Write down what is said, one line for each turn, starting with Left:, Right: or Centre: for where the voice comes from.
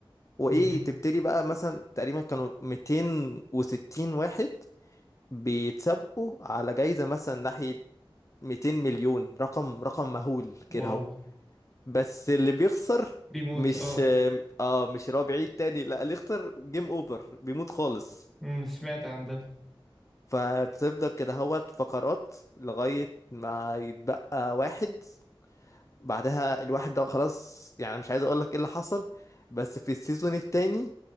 Left: وايه
Centre: مهم.
Left: تبتدي بقى مثلا تقريبا كانوا 260 واحد بيتسابقوا على جايزة مثلا ناحية 200 مليون رقم رقم مهول كده
Centre: واو
Left: اهو بس اللي بيخسر
Centre: بيموت
Left: مش
Centre: اه
Left: اه مش اللي هو بعيد تاني لا اللي يخسر جيم اوفر بيموت خالص
Centre: امم سمعت عن ده
Left: فبتفضل كده اهوت فقرات لغاية ما يتبقى واحد بعدها الواحد ده خلاص يعني مش عايز اقول لك ايه اللي حصل بس في السيزون التاني